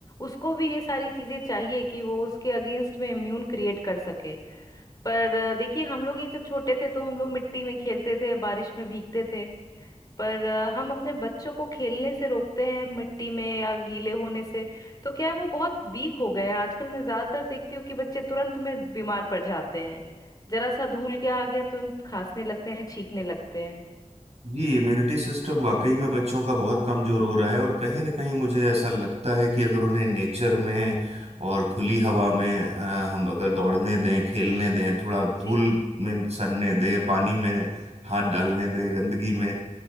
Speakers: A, on the left; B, on the right.
A: उसको भी ये सारी चीजें चाहिए कि वो उसके अगेंस्ट में इम्यून क्रिएट कर सके पर अ, देखिए हम लोग ये जब छोटे थे तो हम लोग मिट्टी में खेलते थे बारिश में भीगते थे पर अ, हम अपने बच्चों को खेलने से रोकते हैं मिट्टी में या गीले होने से तो क्या है वो बहुत वीक हो गए हैं आजकल मैं ज्यादातर देखती हूँ कि बच्चे तुरंत में बीमार पड़ जाते हैं जरा सा धूल क्या आ गया तुरंत खांसने लगते हैं छींकने लगते हैं
B: जी इम्यूनिटी सिस्टम वाकई में बच्चों का बहुत कमजोर हो रहा है और कहीं ना कहीं मुझे ऐसा लगता है कि अगर उन्हें नेचर में और खुली हवा में अ, हम अगर दौड़ने दें खेलने दें थोड़ा धूल
A: जी
B: में सनने दें पानी में हाथ डालने दें गंदगी में